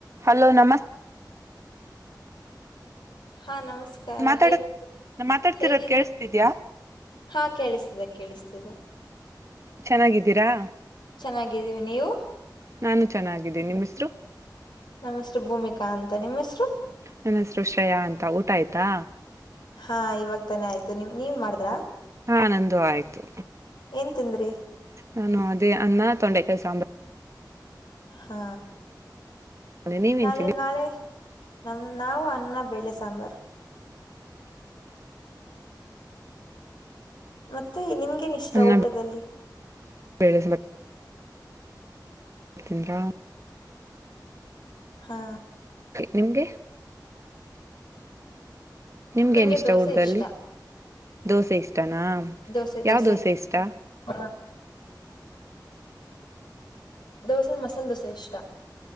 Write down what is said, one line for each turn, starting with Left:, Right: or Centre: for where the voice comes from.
Right: Hello ನಮಸ್ತೆ
Left: ಹಾಂ ನಮಸ್ಕಾರ
Right: ಮಾತಾಡ
Left: ಹೇಗ್
Right: ಮಾತಾಡ್ತಿರೋದು
Left: ಹೇಗಿದ್ದೀರ
Right: ಕೇಳಸ್ತಿದ್ಯಾ
Left: ಹಾ ಕೇಳಿಸ್ತದೆ ಕೇಳಿಸ್ತದೆ
Right: ಚೆನ್ನಾಗಿದ್ದೀರಾ
Left: ಚೆನ್ನಾಗಿದ್ದೀವಿ ನೀವು
Right: ನಾನು ಚೆನ್ನಾಗಿದ್ದೇನೆ ನಿಮ್ಮ ಹೆಸರು
Left: ನಮಸ್ರು ಭೂಮಿಕಾ ಅಂತ ನಿಮ್ಮ ಹೆಸರು
Right: ನನ್ನ ಹೆಸರು ಶ್ರೇಯಾ ಅಂತ ಊಟ ಆಯ್ತಾ
Left: ಹಾ ಇವಾಗ ತಾನೆ ಆಯ್ತು ನಿಮ ನೀವ್ ಮಾಡ್ರಾ
Right: ಹಾ ನಂದು ಆಯ್ತು
Left: ಏನ್ ತಿಂದ್ರಿ
Right: ನಾನು ಅದೇ ಅನ್ನ ತೊಂಡೆಕಾಯಿ ಸಾಂಬಾರ್
Left: ಹಾ
Right: ನೀವೇನ್
Left: ನಾಳೆ
Right: ತಿಂದ್ರಿ
Left: ನಾಳೆ ನಮ ನಾವು ಅನ್ನ ಬೇಳೆ ಸಾಂಬಾರು ಮತ್ತೆ ನಿಮ್ಗೇನ್ ಇಷ್ಟ
Right: ಅನ್ನ
Left: ಊಟದಲ್ಲಿ
Right: <unintelligible> ತಿಂದ್ರಾ
Left: ಹಾ
Right: ನಿಮ್ಗೆ ನಿಮ್ಗೇನಿಷ್ಟ
Left: ನಂಗೆ ದೋಸೆ
Right: ಊಟದಲ್ಲಿ
Left: ಇಷ್ಟ
Right: ದೋಸೆ ಇಷ್ಟನಾ
Left: ದೋಸೆ ದೋಸೆ
Right: ಯಾವ ಇಷ್ಟ
Left: ಹಾ ದೋಸೆ ಮಸಾಲ ದೋಸೆ ಇಷ್ಟಾ.